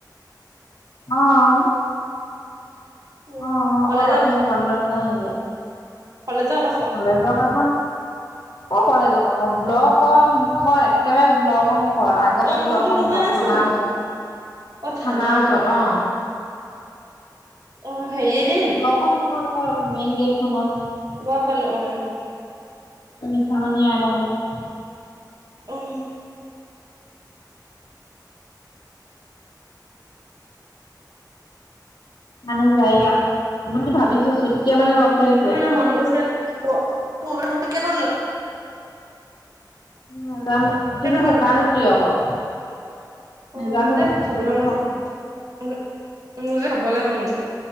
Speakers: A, on the left; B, on the right.
A: অঁ'।
B: ৱা
A: অঁ',
B: কলেজৰ
A: অকল অফিচ বন্ধ দিনা নেকি।
B: কলেজ কাষ।
A: কলেজ সেখন, অ' কলেজ কাষ, ব্লক অ'- মুখৰ একেবাৰে ব্লকৰ মুখত আগৰ
B: মুখতো
A: ব্লকৰ
B: দোকান
A: মুখত
B: আছে
A: থানাৰ
B: নি
A: ওচৰত।
B: অ থানা
A: থানাৰ ওচৰত অঁ'।
B: অ', হেৰিয়ে দি
A: ব্লকৰ মুখৰ আক' মেইন গেটখনত।
B: গ'ম পালো অঁ', -উম।
A: নিশামণি আইতা সেহঁতৰ।
B: অ'।
A: হাম অভি যায় গা, বুলি ভাবিছো চুতকে মানে লগ ধৰিছে।
B: মোৰ ইমান মন গৈছে, প-প <unintelligible>
A: নাজানো, কিন্তু
B: কেইটকা
A: শুকান
B: ল
A: ৰুটি আকৌ। নাজানো
B: অ', -মোৰ যে খাবলৈ
A: ত্ৰিশ টকা
B: মন গৈছে, মোৰ যে খাবলৈ মন গৈছে।